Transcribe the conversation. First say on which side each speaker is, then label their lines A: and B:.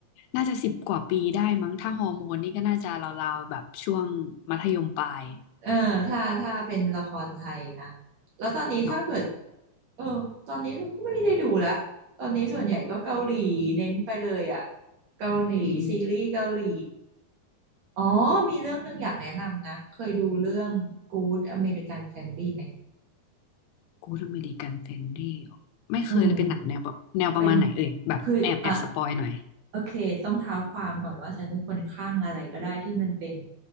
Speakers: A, on the left; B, on the right.
A: น่าจะสิบกว่าปีได้มั้งถ้าฮอร์โมนนี่ก็น่าจะราวๆแบบช่วงมัธยมปลาย
B: เออถ้าถ้าเป็นละครไทยนะแล้วตอนนี้ถ้าเกิด
A: เนาะ
B: เออตอนนี้ก็ไม่ได้ดูละตอนนี้ส่วนใหญ่ก็เกาหลีเน้นไปเลยอะเกาหลีซีรีส์เกาหลี
A: อืม
B: อ๋อมีเรื่องหนึ่งอยากแนะนำนะเคยดูเรื่อง Good American Family ไหม
A: กูดอเมริกันเฟรนดี้ไม่เคยเลยเป็นหนังแนวแบบแนวประมาณไหนเอ่ยแบบแอบแอบสปอยหน่อย
B: อืมเป็นคืออ่ะโอเคต้องเท้าความก่อนว่าฉันเป็นคนคลั่งอะไรก็ได้ที่มันเป็น